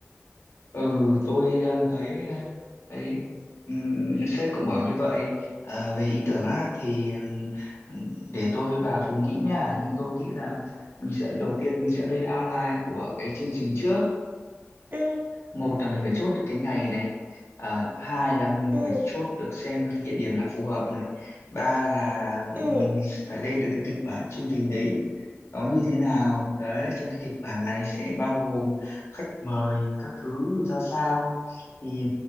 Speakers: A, on the left; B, on the right.
A: Ừ, tôi đang thấy ờ, ấy ừm, sếp cũng bảo như vậy à, về ý tưởng á thì ừm, để tôi với bà cùng nghĩ nha nhưng tôi nghĩ là mình sẽ đầu tiên mình sẽ lên outline của cái chương trình trước
B: Ừ,
A: một là mình phải chốt được cái ngày này à, hai là mình
B: ừ,
A: phải chốt được xem là cái địa điểm là phù hợp này ba là
B: ừ,
A: mình phải lên được cái kịch bản chương trình đấy nó như thế nào đấy trong cái kịch bản này sẽ bao gồm khách mời các thứ ra sao thì